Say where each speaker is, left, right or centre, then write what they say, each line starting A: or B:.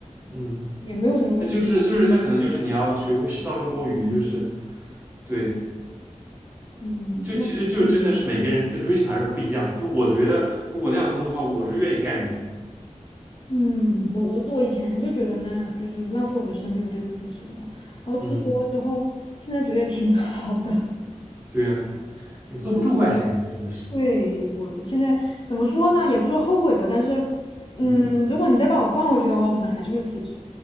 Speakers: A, on the right; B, on the left.
A: 嗯，
B: 也没有什么，
A: 那就是就是那可能就是你要学会适当的摸鱼，就是对，
B: 嗯，
A: 就其实就真的是每个人的追求还是不一样。就我觉得，如果那样的工作的话，我是愿意干人的。
B: 嗯，我我我以前就觉得呢，就是浪费我的生命，我就辞职了嘛。然后辞职了之后，
A: 嗯，
B: 现在觉得也挺 <laughs> 好的。<laughs>
A: 对呀、你坐不住怪谁呢？真的是，
B: 对，我的现在怎么说呢？也不是说后悔吧，但是，嗯，
A: 嗯，
B: 如果你再把我放回去的话，我可能还是会辞职，